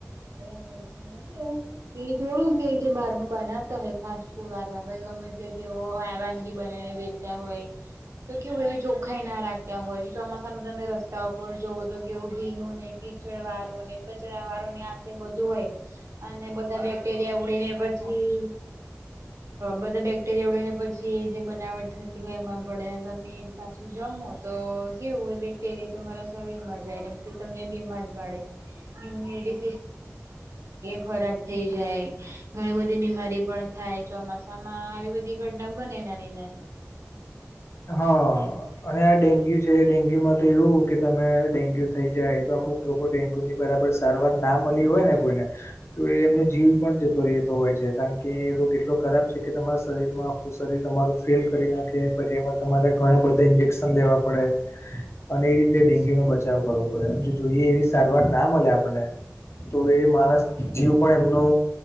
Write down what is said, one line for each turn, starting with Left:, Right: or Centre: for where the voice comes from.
Right: બરાબર છે ને કેવું એ થોડું કેય કે બાર નું બનાવતા હોય ફાસ્ટ ફૂડ વાળા હોય ગમે તે તેઓ આ વાનગી બનાઈ ને વે તા હોય. તો કેવું એવી ચોખ્ખાઈ ના રાખતા હોય કે ચોમાસામાં તમે રસ્તા ઉપર જોઓ તો કેવું ભીનું ને કીચડ વાળું ને કચરા વાળું ની આ બધું હોય અને બધા બેક્ટેરિયા ઉડે ને પ છી બધા બેક્ટેરિયા ઉડેને પછી જે બનાવટ થ એમાં પડે તમે એ પાછું જમો તો કેવું હોય બે ક્ટેરિયા તમારા શરીરમાં જાયને પછી તમને બીમાર પડે એવું એ ખરાબ થઈ જાય. ઘણી બધી બીમારી પણ થાય ચોમાસામાં આવી બધી ઘટના બને એ નાની-નાની
Left: હા. અને આ ડેન્ગ્યુ છે ડેન્ગ્યુ માં તો એવું કે તમે ડેન્ગ્યુ થઇ જાય તો અમુક લોકો ડેન્ગ્યુ ની બરાબર સારવાર ના મળી હોય ને કોઈને તો એમનો જીવ પણ જતો રહેતો હોય છે કારણ કે રોગ એટલો ખરાબ છે કે તમારા શરીરમાં શરીર તમારું ફેલ કરી નાખે પછી એમાં તમારે ઘણા બધા ઇન્જેક્શન લેવા પડે. અને એ રીતે ડેન્ગ્યુ નો બચાવ કરવો પડે એમ જોઈએ એવી સારવાર ના મળે આપને તો એ માણસ જીવ પણ એમનો